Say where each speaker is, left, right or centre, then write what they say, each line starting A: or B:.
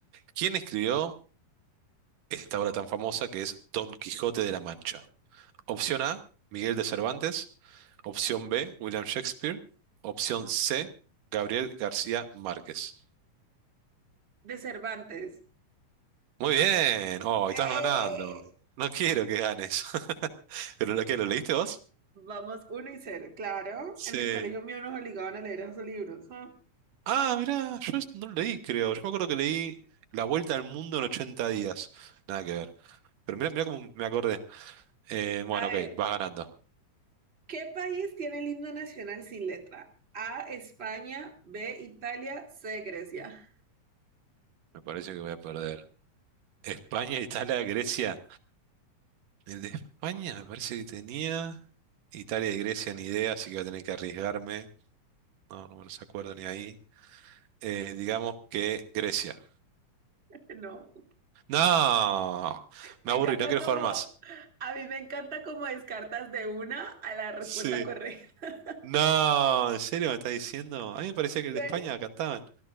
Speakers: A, on the right; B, on the right.
A: ¿Quién escribió esta obra tan famosa que es Don Quijote de la Mancha? Opción A, Miguel de Cervantes. Opción B, William Shakespeare. Opción C, Gabriel García Márquez.
B: De Cervantes.
A: Muy bien. Oh,
B: ¡Eh!
A: estás ganando. No quiero que ganes. <laughs> ¿Pero lo que lo leíste vos?
B: Vamos uno y cero. Claro,
A: Sí.
B: en el colegio mío nos obligaban a leer esos libros. Ah.
A: Ah, mirá, yo esto no lo leí, creo. Yo me acuerdo que leí La Vuelta al Mundo en 80 días. Nada que ver. Pero mirá, mirá cómo me acordé. Eh, bueno,
B: A ver,
A: ok, vas ganando.
B: ¿qué país tiene el himno nacional sin letra? A, España, B, Italia, C, Grecia. <laughs>
A: Me parece que voy a perder. España, Italia, Grecia. El de España me parece que tenía. Italia y Grecia ni idea, así que voy a tener que arriesgarme. No, no me los acuerdo ni ahí. Eh, digamos que Grecia.
B: No,
A: No,
B: me
A: me aburrí,
B: encanta
A: no quiero
B: como,
A: jugar más.
B: a mí me encanta como descartas de una a la respuesta
A: Sí.
B: correcta.
A: No, ¿en serio me estás diciendo? A mí me parecía que el
B: ¿En
A: de España
B: serio?
A: cantaban.